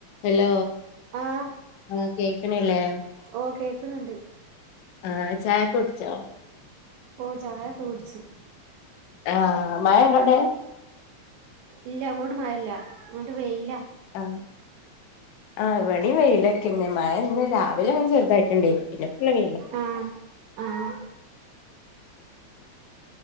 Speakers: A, on the left (about 80°); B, on the right (about 75°).
A: Hello
B: ആഹ്
A: ആഹ് കേക്കണില്ലേ
B: ഓ കേക്കുന്നുണ്ട്
A: ആ ചായക്കെ കുടിച്ചോ
B: ഓ ചായക്കെ കുടിച്ചു
A: ആഹ മഴണ്ടോടെവിടെ
B: ഇല്ല അങ്ങോട്ട് മഴല്ല ഇങ്ങോട്ട് വെയില്ല
A: ആഹ ആ ഇബാടിം വെയിലൊക്കെന്നെ മഴ ഇന്ന് രാവിലെ ഇങ്ങനെ ചെറുതായിട്ടുണ്ടായി പിന്നെ ഫുൾ വെയില
B: ആഹ് ആഹ്